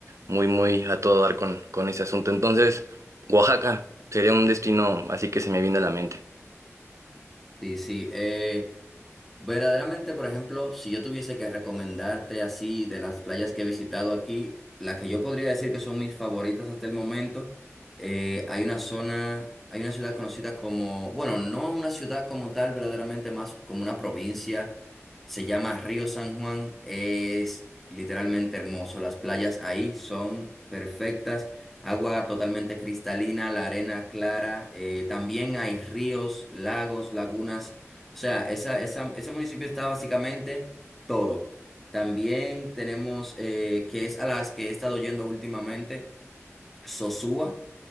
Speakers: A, on the right; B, in the centre.
A: muy, muy a todo dar con, con ese asunto. Entonces, Oaxaca sería un destino así que se me viene a la mente.
B: Sí, sí. eh, Verdaderamente, por ejemplo, si yo tuviese que recomendarte así de las playas que he visitado aquí, la que yo podría decir que son mis favoritas hasta el momento, eh, hay una zona, hay una ciudad conocida como, bueno, no una ciudad como tal, verdaderamente más como una provincia, se llama Río San Juan, es literalmente hermoso, las playas ahí son perfectas, agua totalmente cristalina, la arena clara, eh, también hay ríos, lagos, lagunas o sea, esa, esa- ese municipio está básicamente todo. También tenemos, eh, que es a las que he estado yendo últimamente, Sosúa.